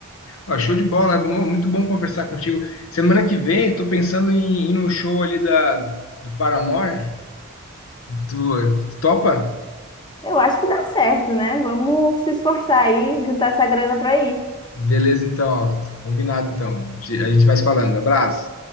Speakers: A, on the left; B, on the left.
A: Ah, show de bola, mu- muito bom conversar contigo. Semana que vem, eu tô pensando em ir no show ali da, do Paramore. Tu topa?
B: Eu acho que dá certo, né? Vamos se esforçar aí, juntar essa grana pra ir.
A: Beleza, então, ó, combinado então. Te- A gente vai se falando. Abraço.